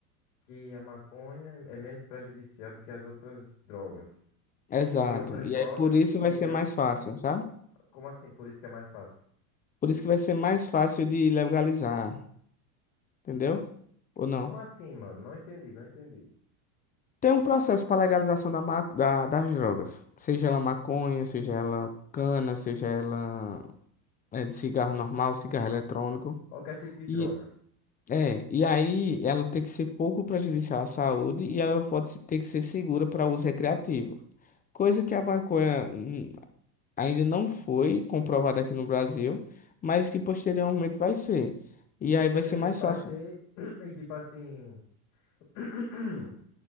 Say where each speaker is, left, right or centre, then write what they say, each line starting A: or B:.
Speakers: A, on the left (about 65°); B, on the left (about 20°).
A: que a maconha é é menos prejudicial do que as outras drogas.
B: Exato.
A: Que outras
B: E
A: drogas
B: aí por isso
A: que
B: vai
A: eu...
B: ser mais fácil, sabe?
A: Como assim? Por isso que é mais fácil.
B: Por isso que vai ser mais fácil de legalizar, entendeu? Ou não?
A: Como assim, mano? Não entendi, não entendi.
B: Tem um processo para legalização da, ma- da- das drogas, seja ela maconha, seja ela cana, seja ela É de cigarro normal, cigarro eletrônico.
A: Qualquer tipo de droga.
B: E, é, e aí ela tem que ser pouco prejudicial à saúde e ela pode se- ter que ser segura para uso recreativo. Coisa que a maconha hum, ainda não foi comprovada aqui no Brasil, mas que posteriormente vai ser. E
A: Posteriormente
B: aí vai ser mais
A: vai
B: fácil.
A: ser... <clears throat> E tipo assim... <clears throat>